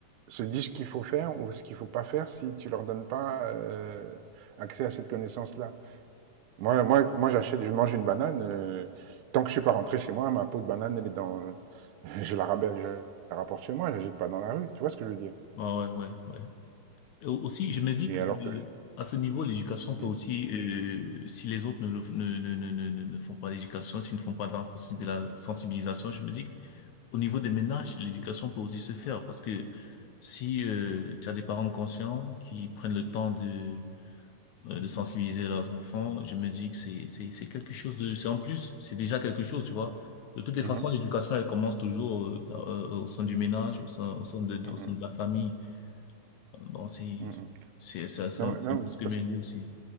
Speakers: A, on the right (about 75°); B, on the left (about 70°).
A: se disent ce qu'il faut faire ou ce qu'il faut pas faire si tu leur donnes pas euh, accès à cette connaissance-là? Moi, moi, moi j'achète, je mange une banane. euh, tant que je suis pas rentré chez moi, ma peau de banane, elle est dans, <laughs> je la ramène, je la rapporte chez moi, je la jette pas dans la rue. Tu vois ce que je veux dire?
B: Ah ouais, ouais, ouais. Et au- aussi, je me dis
A: Et
B: que
A: alors
B: euh,
A: que
B: à ce niveau, l'éducation peut
A: mmh,
B: aussi, euh, si les autres ne, le f- ne, ne, ne, ne, ne ne font pas l'éducation, s'ils ne font pas de la sensibilis- sensibilisation, je me dis qu'au niveau des ménages, l'éducation peut aussi se faire parce que si euh, tu as des parents conscients qui prennent le temps de euh, de sensibiliser leurs enfants, je me dis que c'est c'est c'est quelque chose de c'est en plus, c'est déjà quelque chose, tu vois. De toutes les
A: mmh
B: façons, l'éducation elle commence toujours euh, dans- euh, au sein du ménage, au sein au sein de
A: mh,
B: au sein
A: mmh,
B: de la famille. Euh, Donc c'est
A: mmh
B: c'est ça ça
A: Non,
B: c'est
A: non,
B: un peu ce que
A: parce
B: me dit aussi.